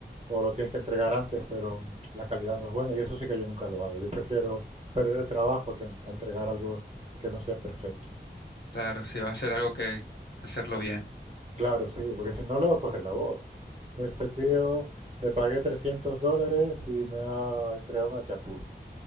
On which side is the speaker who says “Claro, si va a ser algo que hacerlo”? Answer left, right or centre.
Left